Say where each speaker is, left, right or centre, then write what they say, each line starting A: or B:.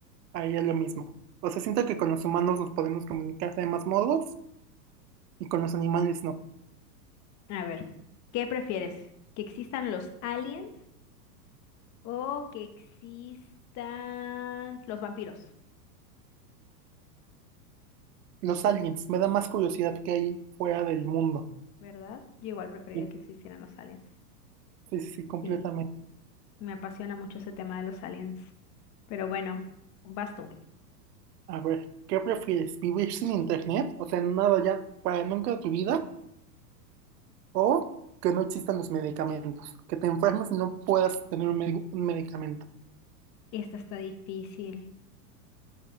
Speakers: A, on the right (about 70°); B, on the left (about 35°).
A: haría lo mismo. O sea, siento que con los humanos nos podemos comunicar de más modos y con los animales no.
B: A ver, ¿qué prefieres? ¿Que existan los aliens o que existan los vampiros?
A: Los aliens, me da más curiosidad que hay fuera del mundo.
B: ¿Verdad? Yo igual preferiría
A: Sí,
B: que existieran los aliens.
A: sí, sí, completamente.
B: Sí. Me apasiona mucho ese tema de los aliens. Pero bueno, vas tú.
A: A ver, ¿qué prefieres? ¿Vivir sin internet? O sea, nada ya para nunca de tu vida o que no existan los medicamentos. Que te enfermes y no puedas tener un, med- un medicamento.
B: Esta está difícil.